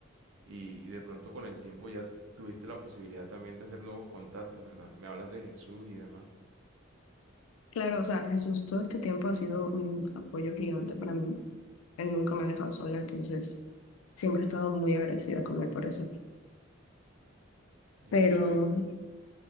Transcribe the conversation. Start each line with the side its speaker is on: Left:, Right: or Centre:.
Right: Y, y de pronto con el tiempo ya tuviste la posibilidad también de hacer nuevos contactos, ¿verdad? Me hablas de Jesús y demás.
Left: Claro, o sea, Jesús todo este tiempo ha sido un apoyo gigante para mí. Él nunca me ha dejado sola, entonces siempre he estado muy agradecida con él por eso.
Right: El
Left: Pero,
Right: hecho de que